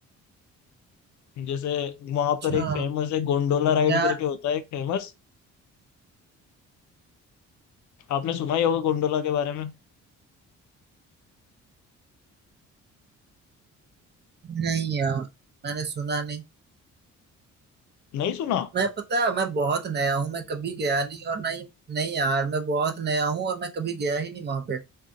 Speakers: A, on the left; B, on the right.
A: जैसे वहां
B: अच्छा
A: पर एक फेमस है गोंडोला राइड
B: यार
A: करके होता है एक फेमस आपने सुना ही होगा गोंडोला के बारे में
B: नहीं यार मैंने सुना नहीं
A: नहीं सुना
B: मैं पता है, मैं बहुत नया हूँ मैं कभी गया नहीं और ना ही नहीं यार मैं बहुत नया हूँ और मैं कभी गया ही नहीं वहां पे